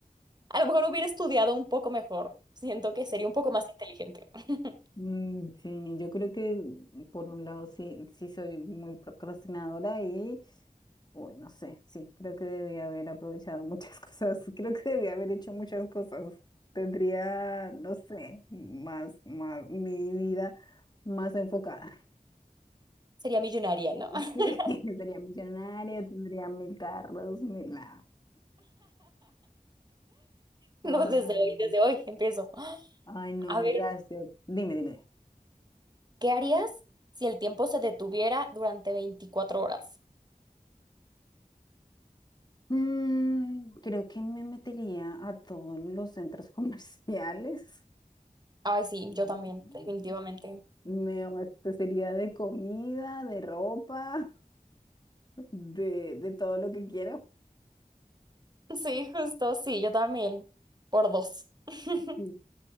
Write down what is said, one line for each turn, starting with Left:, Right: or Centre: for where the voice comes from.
Right: a lo mejor hubiera estudiado un poco mejor. Siento que sería un poco más inteligente. <laughs>
Left: Mm, sí, yo creo que mm, por un lado sí, sí soy muy procrastinadora y, uy, no sé, sí, creo que debía haber aprovechado muchas <laughs> cosas, creo que debía haber hecho muchas cosas. Tendría, no sé, más, más, mi vida más enfocada. <laughs>
Right: Sería millonaria, ¿no? <laughs>
Left: Sí, sería millonaria, tendría mil carros, mil, nada.
Right: No,
Left: Ay,
Right: desde hoy, desde hoy empiezo.
Left: ay, no,
Right: A ver.
Left: gracias. Dime, dime.
Right: ¿Qué harías si el tiempo se detuviera durante 24 horas?
Left: Mm, creo que me metería a todos los centros comerciales. <laughs>
Right: Ay, sí,
Left: Mm,
Right: yo también, definitivamente. <laughs>
Left: Me abastecería de comida, de ropa, <laughs> de, de todo lo que quiero.
Right: Sí, justo, sí, yo también. Por dos. <laughs>
Left: Sí.